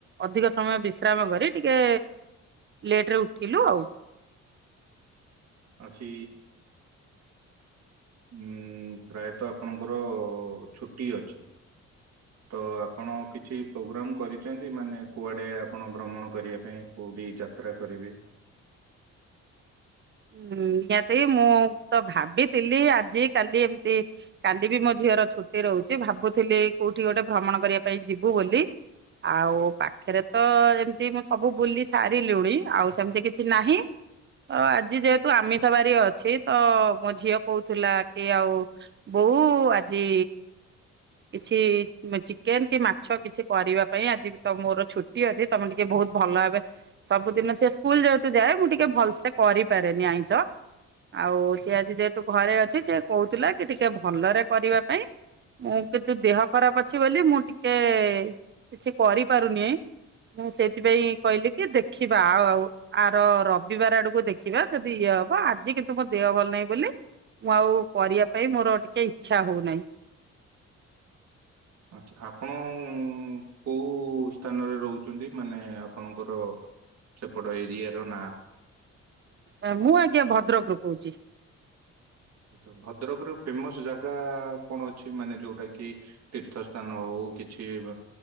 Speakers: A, on the right (about 40°); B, on the right (about 60°).
A: ଅଧିକ ସମୟ ବିଶ୍ରାମ କରି ଟିକେ ଲେଟ୍ ରେ ଉଠିଲୁ ଆଉ।
B: ଅଛି ଉଁ ପ୍ରାୟତଃ ଆପଣଙ୍କର ଛୁଟି ଅଛି। ତ ଆପଣ କିଛି ପ୍ରୋଗ୍ରାମ କରିଛନ୍ତି। ମାନେ କୁଆଡ଼େ ଆପଣ ଭ୍ରମଣ କରିବା ପାଇଁ? କୋଉଠି ଯାତ୍ରା କରିବେ?
A: ହୁଁ ନିଆତି ମୁଁ ତ ଭାବିଥିଲି ଆଜି କାଲି ଏମିତି କାଲି ବି ମୋ ଝିଅର ଛୁଟି ରହୁଛି। ଭାବୁଥିଲି କୋଉଠି ଗୋଟେ ଭ୍ରମଣ କରିବା ପାଇଁ ଯିବୁ ବୋଲି। ଆଉ ପାଖେରେ ତ ଏମ୍ତି ମୁଁ ସବୁ ବୁଲି ସାରିଲୁଣି। ଆଉ ସେମିତି କିଛି ନାହିଁ। ତ ଆଜି ଯେହେତୁ ଆମିଷ ବାରି ଅଛି ତ ମୋ ଝିଅ କହୁଥିଲା କି ଆଉ ବୋଉ ଆଜି କିଛି ଚିକେନ୍ କି ମାଛ କିଛି କରିବା ପାଇଁ ଆଜି ତ ମୋର ଛୁଟି ଅଛି। ତମେ ଟିକେ ବହୁତ ଭଲ ଭାବେ ସବୁଦିନ ସେ ସ୍କୁଲ ଯେହେତୁ ଯାଏ ମୁଁ ଟିକେ ଭଲ୍ ସେ କରିପାରେନି ଆଇଁଷ। ଆଉ ସିଏ ଆଜି ଯେହେତୁ ଘରେ ଅଛି ସେ କହୁଥିଲା କି ଟିକେ ଭଲରେ କରିବା ପାଇଁ। ମୁଁ କିନ୍ତୁ ଦେହ ଖରାପ ଅଛି ବୋଲି ମୁଁ ଟିକେ କିଛି କରିପାରୁନି। ମୁଁ ସେଇଥିପାଇଁ କହିଲି କି ଦେଖିବା ଆ ଆଉ ଆର ରବିବାର ଆଡକୁ ଦେଖ୍ ଖିବା ଯଦି ଇଏ ହବ ଆଜି କିନ୍ତୁ ମୋ ଦେହ ଭଲ ନାହିଁ ବୋଲି ମୁଁ ଆଉ କରିବା ପାଇଁ ମୋର ଟିକେ ଇଛା ହଉନାହିଁ।
B: ଆଛା ଆପଣ କୋଉ କେଉଁ ସ୍ଥାନରେ ରହୁଛନ୍ତି ମାନେ ଆପଣଙ୍କର ସେପଟ ଏରିଆ ର ନାଁ?
A: ହଁ ମୁଁ ଆଜ୍ଞା ଭଦ୍ରକରୁ କହୁଛି।
B: ତ ଭଦ୍ରକର ଫେମସ ଜାଗା କଣ ଅଛି? ମାନେ ଯୋଉଟା କି ତୀର୍ଥ ସ୍ଥାନ ହଉ କିଛି ବ